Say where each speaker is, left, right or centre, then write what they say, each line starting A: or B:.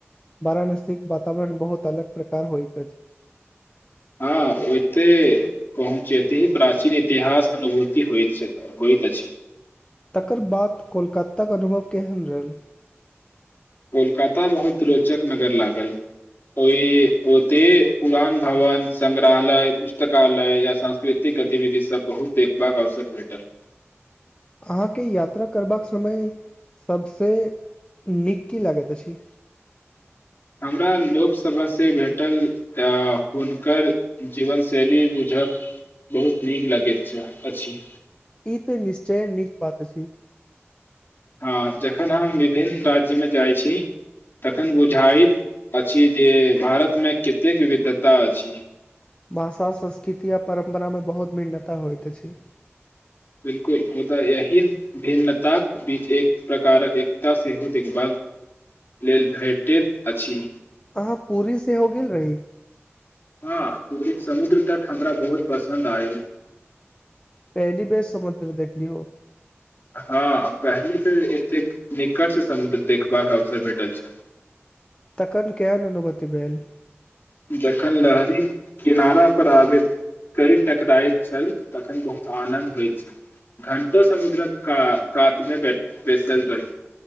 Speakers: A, on the left; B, on the left.
A: वाराणसीके वातावरण बहुत अलग प्रकार होइत अछि
B: हँ ओते पहुँचते ही प्राचीन इतिहास अनुभूति हो होइत अछि
A: तकर बाद कोलकाताक अनुभव केहनरल
B: कोलकाता बहुत रोचक नगर लागल ओहि ओते पुरान भवन संग्रहालय पुस्तकालय या सांस्कृतिक गतिविधिसभ बहुत देखबाक अवसर भेटल
A: अहाँके यात्रा करबाक समय सभसँ नीक की लागैत अछि
B: हमरा लोकसभासँ भेटल हुनकर जीवन शैली बुझब बहुत नीक लगैत अछि
A: ई तऽ निश्चय नीक बात अछि
B: हँ जखन हम विभिन्न राज्यमे जाइ छी तखन बुझाइत अछि जे भारतमे कतेक विविधता अछि
A: भाषा संस्कृति आ परम्परामे बहुत भिन्नता होइत अछि
B: बिलकुल मुदा एहि भिन्नताक बीच एक प्रकारक एकता सेहो देखभाल लेल भेटैत अछि
A: अहाँ पुरी सेहो गेल रही
B: हँ पूरी समुद्र तट हमरा बहुत पसन्द आयल
A: पहली बेर समुद्र देखलियो
B: हँ पहिले बेर एतेक निकटसँ समुद्र देखबाक अवसर भेटल छल
A: तखन केहन अनुभूति भेल
B: जखन लहरी किनारा पर आबैत करी टकराइत छल तखन बहुत आनन्द होइत छल घंटो समुद्रक का कातमे ब बैसल रही